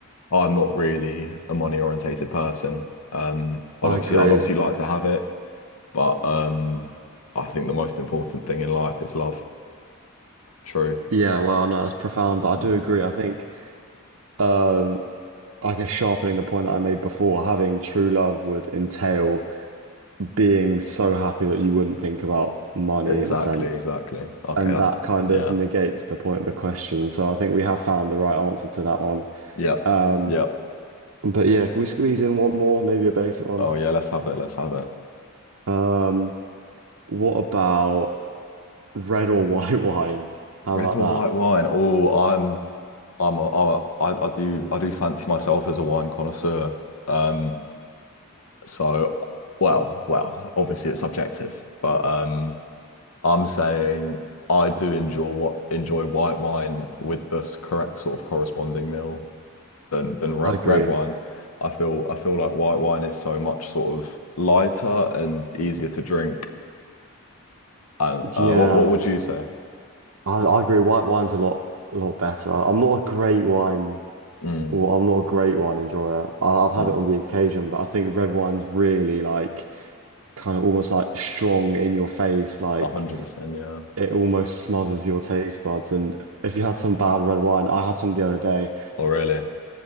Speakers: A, on the left; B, on the right.
A: I'm not really a money orientated person. Um, I'd
B: I
A: obviously
B: agree.
A: I'd obviously like to have it, but um, I think the most important thing in life is love. True.
B: Yeah, wow, no, that's profound, but I
A: Mm.
B: do agree. I think um I guess sharpening the point that I made before, having true love would entail being so happy that you wouldn't think about money
A: Exactly,
B: in a sense.
A: exactly. Okay,
B: And
A: that's
B: that kind
A: yeah.
B: of negates the point of the question. So I think we have found the right answer to that one.
A: Yep.
B: Um,
A: Yep.
B: but yeah, can we squeeze in one more, maybe a basic one?
A: Oh yeah, let's have it. Let's have it.
B: Um, what about red or <laughs> white wine. How
A: Red
B: about
A: or white
B: that?
A: wine? Oh, I'm I'm a, I, I I do I do fancy myself as a wine connoisseur. Um, so well, well, obviously it's subjective, but um, I'm saying I do enjoy what enjoy white wine with this correct sort of corresponding meal than than red,
B: I agree.
A: red wine. I feel I feel like white wine is so much sort of lighter and easier to drink. And uh,
B: Yeah,
A: what what would you say?
B: I, I agree. White wine's a lot a lot better. I, I'm not a great wine.
A: Mm,
B: Well, I'm not a great wine enjoyer. I, I'd have
A: mm,
B: it on the occasion, but I think red wine's really like kind of almost like strong in your face. Like
A: 100%, yeah.
B: it almost smothers your taste buds. And if you had some bad red wine, I had some the other day.
A: Oh, really?